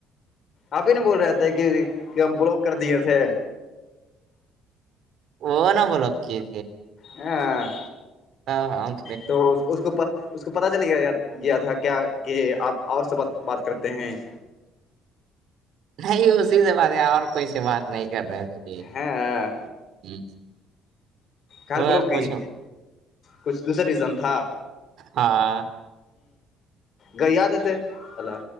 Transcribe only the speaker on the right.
وہ نہ بلاک کیے
ا
نہیں اسی سے بات اور کوئی سی بات نہیں کر رہے تھے یہ
جی
وہ
کچھ
ہاں